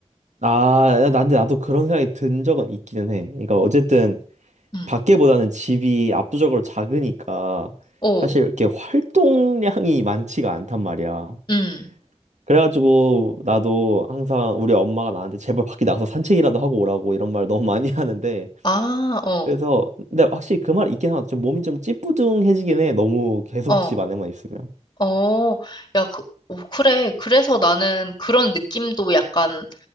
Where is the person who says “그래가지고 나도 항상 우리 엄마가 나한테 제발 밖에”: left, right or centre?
Right